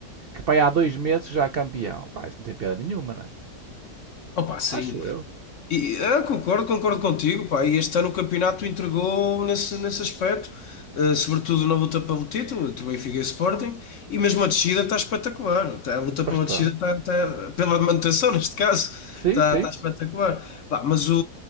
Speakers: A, on the right; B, on the left.
A: que pá, há dois meses já há campeão. Pá, isso não tem piada nenhuma, não é?
B: Opa, sim.
A: Acho eu.
B: E, ah, concordo, concordo contigo, pá. E este ano o campeonato entregou nesse, nesse aspecto. Uh, sobretudo na luta pelo título, entre Benfica e Sporting, e mesmo a descida está espetacular. Tá- a luta
A: Bastante.
B: pela descida está, está- pela manutenção, <laughs> neste caso,
A: Sim,
B: está,
A: sim.
B: está espetacular. Pá, mas o,